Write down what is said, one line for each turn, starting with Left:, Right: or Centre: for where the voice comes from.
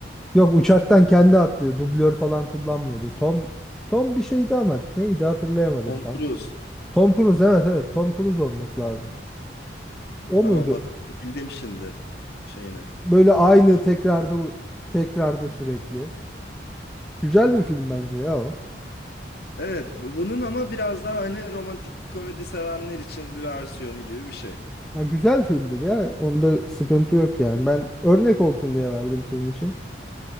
Centre: Yok uçaktan kendi atlıyor. Dublör falan kullanmıyordu. Tom Tom bir şeydi ama neydi hatırlayamadım
Left: Tom
Centre: tam.
Left: Cruise.
Centre: Tom Cruise evet evet Tom Cruise olması lazım. O
Left: Tamam
Centre: muydu?
Left: hatırladım şimdi şeyini.
Centre: Böyle aynı tekrarda tekrarda sürekli. Güzel bir film bence ya o.
Left: Evet bu- bunun ama biraz daha hani romantik komedi sevenler için bir versiyonu gibi bir şey.
Centre: Ya güzel filmdir ya. Onda sıkıntı yok yani. Ben örnek olsun diye verdim senin için.